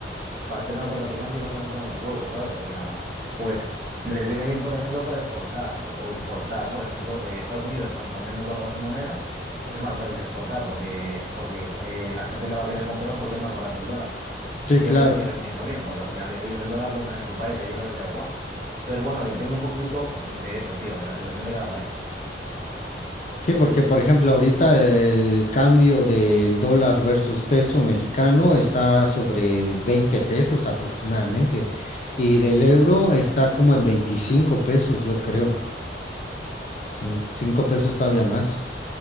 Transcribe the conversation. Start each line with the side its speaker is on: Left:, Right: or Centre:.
Right: pareces narcotraficante y vas a comprar un huevo, ¿sabes? O sea, pues les viene bien, por ejemplo, para exportar o importar. Por ejemplo, eh, Estados Unidos, cuanto menos valga su moneda, es más fácil exportar porque, porque eh, la gente le va a querer comprar porque es más barato el dólar.
Left: sí,
Right: Y
Left: claro.
Right: ellos les sigue viniendo bien, porque al final ellos el dólar lo usan en su país, a ellos les da igual. Entonces, bueno, depende un poquito mm, de eso, tío, de la situación de cada país.
Left: Sí, porque por ejemplo ahorita el cambio del dólar versus peso mexicano está sobre 20 pesos aproximadamente y del euro está como en 25 pesos, yo creo. Son 5 pesos todavía más